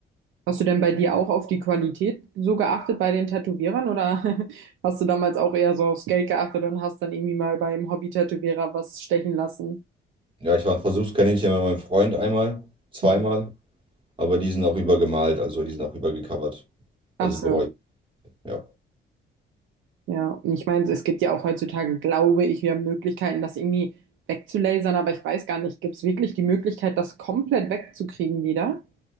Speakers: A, on the right (about 75°); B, on the right (about 25°).
A: Hast du denn bei dir auch auf die Qualität so geachtet bei den Tätowierern oder <laughs> hast du damals auch eher so aufs Geld geachtet und hast dann irgendwie mal beim Hobby-Tätowierer was stechen lassen?
B: Ja, ich war ein Versuchskaninchen bei meinem Freund einmal, zweimal,
A: Mhm.
B: aber die sind auch übergemalt, also die sind auch übergecovert.
A: Ach
B: Also
A: so.
B: bereue ich. Ja.
A: Ja, und ich meine, es gibt ja auch heutzutage, glaube ich, wir haben Möglichkeiten, das irgendwie wegzulasern, aber ich weiß gar nicht, gibt es wirklich die Möglichkeit, das komplett wegzukriegen wieder?